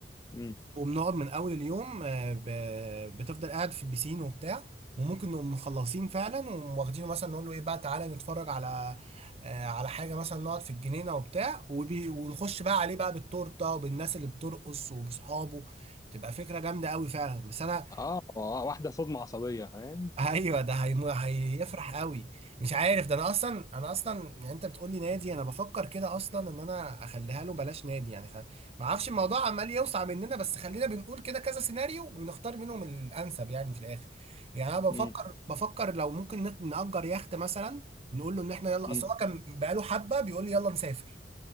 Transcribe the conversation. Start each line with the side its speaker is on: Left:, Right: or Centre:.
Left: امم
Right: وبنقعد من اول اليوم آه، ب- بتفضل قاعد في البيسين وبتاع وممكن نقوم مخلصين فعلا وواخدينه مثلا نقول له ايه بقى تعالى نتفرج على آه، على حاجه مثلا نقعد في الجنينه وبتاع وبي ونخش بقى عليه بقى بالتورته وبالناس اللي بترقص وباصحابه تبقى فكره جامده قوي فعلا بس انا
Left: اه آه، واحدة صدمة عصبية فاهم
Right: ايوه ده هيم... هيفرح قوي مش عارف ده انا اصلا انا اصلا يعني انت بتقول لي نادي انا بفكر كده اصلا ان انا اخليها له بلاش نادي يعني خ... ما اعرفش الموضوع عمال يوسع مننا بس خلينا بنقول كده كذا سيناريو ونختار منهم الانسب يعني في الاخر يعني انا بفكر
Left: امم
Right: بفكر لو ممكن نت- نأجر يخت مثلا نقول له ان احنا يلا
Left: امم
Right: اصل هو كان بقاله حبه بيقول لي يلا نسافر